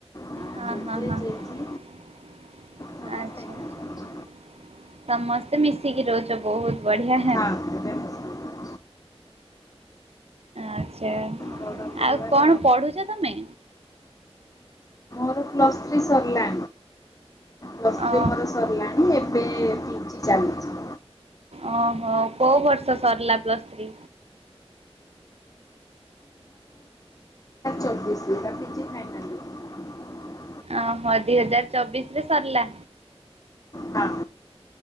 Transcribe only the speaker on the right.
ହଁ,
ହଁ, ହଁ ଆଚ୍ଛା
ଆଚ୍ଛା
ସମସ୍ତେ ମିଶିକି ରହୁଚ, ବହୁତ ବଢିଆ,
ଆଚ୍ଛା
ଆଉ କଣ ପଢୁଛ ତୋମେ?
ଅ
ଓ ହୋ କୋଉ ବର୍ଷ ସରିଲା ପ୍ଲସ୍ ଥ୍ରୀ?
ଓହୋ ଦି ହଜାର ଚବିଶ ରେ ସରିଲା।